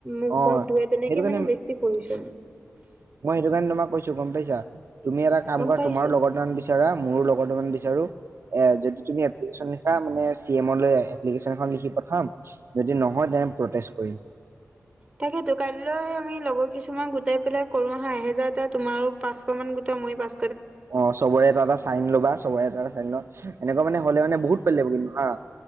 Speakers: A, on the right; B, on the right.
A: মুখ
B: অ
A: হাত ধুৱাই, তেনেকে
B: সেইটো কাৰণে
A: মানে বেছি প্ৰয়োজন।
B: মই সেইটো কাৰণে তোমাক কৈছো, গম পাইছা? তুমি এটা কাম
A: গম
B: কৰা
A: পাইছো
B: তোমাৰ লগৰ <unintelligible> বিচাৰা। মইয়ো লগতে মানে বিছাৰো, এ যদি তুমি এপ্লিকেচন লিখা মানে চি এ মলৈ এপ্লিকেচন এখন লিখি পথাম, যদি নহয়, তে প্ৰতেচ কৰিম।
A: তাকেতো কাইলৈ আমি লগৰ কিছুমান গোটাই পেলাই কৰো আহা, এহেজাৰ এটা তোমাৰো পাঁচশ মান গোটা মইয়ো পাঁচ
B: অ', চবৰে এটা এটা চাইন লবা, চবৰে এটা এটা চাইন ল এনেকুৱা মানে হলে মান বহুত <unintelligible> লাগিব কিন্তু হা।